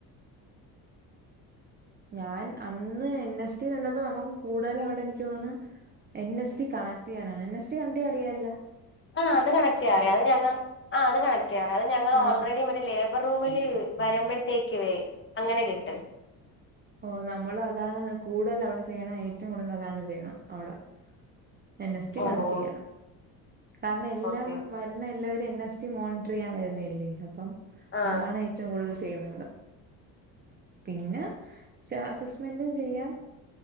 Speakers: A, on the right (about 20°); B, on the left (about 25°).
A: ഞാൻ അന്ന് എൻ എസ് ടി നിന്നപ്പോ നമുക്ക് കൂടുതല് അവിടെ എനിക്ക് തോന്നണ് എൻ എസ് ടി കണക്ട് ചെയ്യാനാണ് എൻ എസ് ടി കണ്ടേ അറിയാല
B: ആഹ് അത് കണക്ടെയ്യാ അറിയ അത് ഞങ്ങൾ ആഹ് അത് കണക്ടെയ്യറിയാ അത് ഞങ്ങൾ ഓൾറെഡി
A: ആഹ്
B: ലേബർ റൂമില് വരുമ്പോഴത്തേക്കുവെ അങ്ങനെ കിട്ടും
A: ഓ നമ്മള് അതാണ് കൂടുതൽ അവിടെ ചെയ്യണ ഏറ്റവും കൂടുതൽ അതാണ് ചെയ്യണെ അവടെ എൻ എസ് റ്റി
B: ഓ
A: കണക്റ്റെയ്യ
B: ഓ
A: കാരണം എല്ലാം
B: ഓക്കെ
A: വ വരുന്ന എല്ലാവരും എൻ എസ് ടി മോണിറ്ററെയ്യാൻ വരുന്നയല്ലേ അപ്പം
B: ആഹ്
A: അതാണ് ഏറ്റോം കൂടുതൽ ചെയ്യുന്നവിടെ പിന്നെ അസസ്മെന്റും ചെയ്യാം